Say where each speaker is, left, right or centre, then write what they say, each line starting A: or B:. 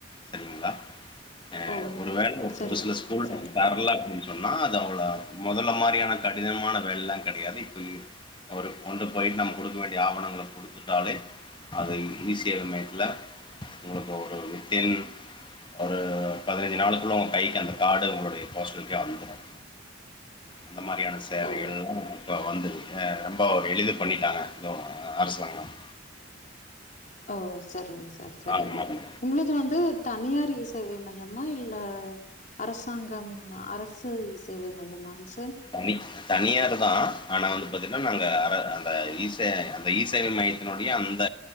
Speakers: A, on the left; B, on the left.
A: சரிங்களா ஹ
B: ஓ
A: ஒரு வேள
B: சரி
A: ஒரு சில
B: சரிங்க
A: ஸ்கூல
B: சார்
A: தரல அப்டின்னு சொன்னா இது அவ்ள முதல்ல மாரியான கடினமான வேலைல கிடையாது இப் இப்பகீ ஒரு கொண்டு போயி் நம்ம குடுக்க வேண்டிய ஆவணங்கள குடுத்துட்டாலே அது ஈசேவைமையத்ல உங்களுக்கு ஒரு வித்தீன் ஒரு பதினைஞ்சு நாளுக்குள்ள ஒ கைக்கி அந்த கார்டு உங்களுடைய போஸ்டல்கே வந்துடும் அந்த மாரியான சேவைகள்
B: ஓ
A: பா வந்து ஏ ரொம்ப எளிது பண்ணிட்டாங்க இதுவ் அரசாங்கம்
B: ஓ சரிங்க ச ச சரிங்க
A: ஆமாமா.
B: உங்களது வந்து தனியார்ஸ் சேவை மையமா இல்ல அரசாங்கம் அரசு சேவை மையமாங்ஸ்
A: பைல்ஸ் தனியார் தா ஆனா வந்து பாத்தீங்னா நாங்க அ அந்த இசே அந்த இஈசேவ மையத்தினுடைய அந்த